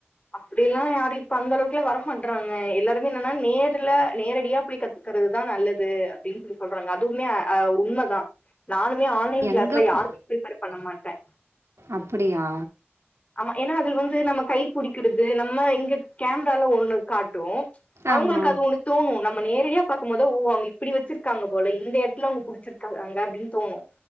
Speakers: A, on the left; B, on the right.
A: அப்டியெல்லா யாரும் இப்ப அந்த அளவுக்குல வர மாட்றாங்க எல்லாருமே என்னன்னா நேர்ல நேரடியா புடி க ருக்குறதுதா நல்லது அப்டின்னு சொல்லி சொல்றாங்க அதுவுமே அ உண்மதா நானுமே ஆன்லைன் கிளாஸ்ல
B: எங்க
A: யாருக்கு
B: போ
A: ப்ரிப்பேர் பண்ண மாட்ட
B: அப்படியா
A: ஆமா ஏன்னா அதுல வந்து நம்ம கை புடிக்கிறது நம்ம இங்க கேமரால ஒண்ணு காட்டும் அவுங்களுக்கு
B: ஆமா.
A: அது ஒன்னு தோணும் நம்ம நேரடியா பாக்கும் போது ஓ அவுங்க இப்டி வச்சிருக்காங்க போல இந்த எடத்துல அவுங்க புடிச்சிருக்காங்க அங்க அப்டின்னு தோணும்